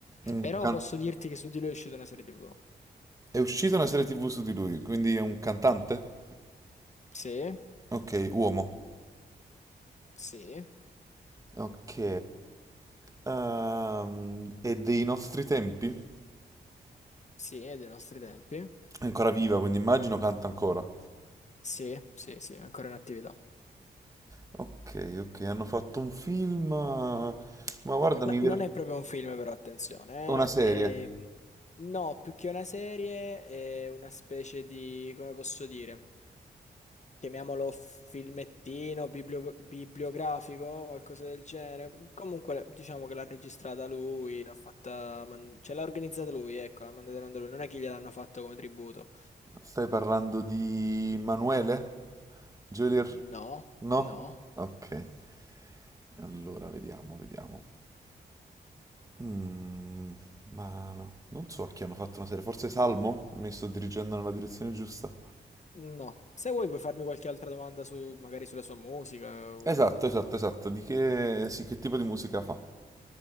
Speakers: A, on the right (about 20°); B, on the left (about 40°).
A: Un
B: però
A: can-
B: posso dirti che su di lui è uscita una serie TV.
A: è uscita una serie TV su di lui, quindi è un cantante?
B: Sì,
A: Ok, uomo.
B: sì,
A: Ok. Ehm, è dei nostri tempi?
B: sì, è dei nostri tempi.
A: È ancora viva, quindi immagino canta ancora.
B: Sì, sì, sì, è ancora in attività.
A: Ok, ok, hanno fatto un film. eh, Ma guarda,
B: No,
A: mi ver-
B: non è proprio un film, però attenzione.
A: una serie.
B: eh. Ehm, no, più che una serie, è una specie di, come posso dire, chiamiamolo filmettino, biblio- bibliografico, qualcosa del genere. Comunque, diciamo che l'ha registrata lui, l'ha fatta, man- cioè l'ha organizzata lui, ecco, l'ha mandata in onda lui. Non è che gliel'hanno fatto come tributo.
A: Stai parlando di Manuele? Geolier?
B: No,
A: No?
B: no,
A: Ok, allora vediamo, vediamo. Mm, ma no, non so a chi hanno fatto una serie, forse Salmo? Mi sto dirigendo nella direzione giusta.
B: no. Se vuoi puoi farmi qualche altra domanda su, magari sulla sua musica.
A: Esatto, esatto, esatto. Di che, sì, che tipo di musica fa?